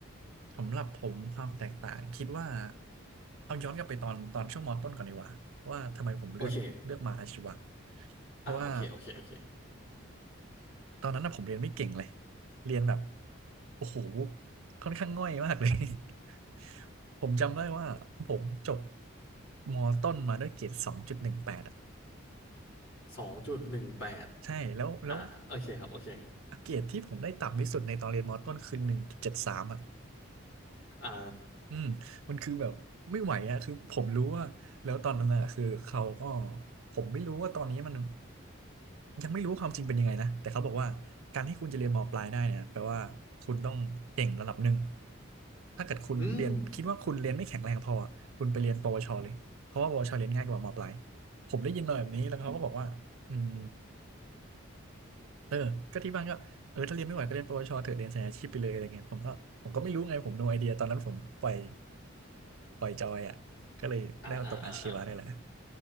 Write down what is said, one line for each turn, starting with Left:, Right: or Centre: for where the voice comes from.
Right: สำหรับผมความแตกต่างคิดว่าเอาย้อนกลับไปตอนตอนช่วงมต้นก่อนดีกว่าว่าทำไมผมเลือกเลือกมาอาชีวะ
Left: โอเค
Right: เพราะว่า
Left: อ่าโอเคโอเคโอเค
Right: ตอนนั้นนะผมเรียนไม่เก่งเลยเรียนแบบโอ้โหค่อนข้างง่อยมากเลย <laughs> ผมจำได้ว่าผมจบมต้นมาด้วยเกรดสองจุดหนึ่งแปดอ่ะ
Left: สองจุดหนึ่งแปด
Right: ใช่แล้วแล้ว
Left: อ่าโอเคครับโอเค
Right: เกรดที่ผมได้ต่ำที่สุดในตอนเรียนมต้นคือหนึ่งจุดเจ็ดสามอ่ะ
Left: อ่า
Right: อืมมันคือแบบไม่ไหวอะคือผมรู้ว่าแล้วตอนนั้นอะคือเขาก็ผมไม่รู้ว่าตอนนี้มันยังไม่รู้ความจริงเป็นยังไงนะแต่เขาบอกว่าการที่คุณจะเรียนมปลายได้เนี่ยแปลว่าคุณต้องเก่งระดับหนึ่งถ้าเกิดคุณเรียนคิดว่าคุณเรียนไม่แข็งแรงพออะคุณไปเรียนปวชเลยเพราะว่าปวชเรียนง่ายกว่ามปลาย
Left: อืม
Right: ผมได้ยินมาแบบนี้แล้วเขาก็บอกว่าอืม เออก็ที่บ้านก็เออถ้าเรียนไม่ไหวก็เรียนปวชเถอะเรียนสายอาชีพไปเลยอะไรเงี้ยผมก็ผมก็ไม่รู้ไงผม no idea ตอนนั้นผมปล่อยปล่อยจอยอ่ะก็เลยได้มาตกอาชีวะได้แหละ
Left: อ่าอ่าอ่าอ่า